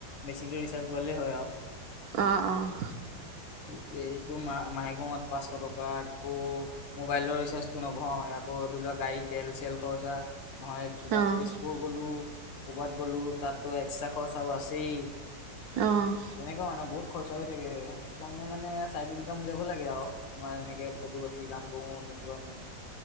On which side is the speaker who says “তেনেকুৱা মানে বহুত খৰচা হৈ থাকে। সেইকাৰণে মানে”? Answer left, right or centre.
Left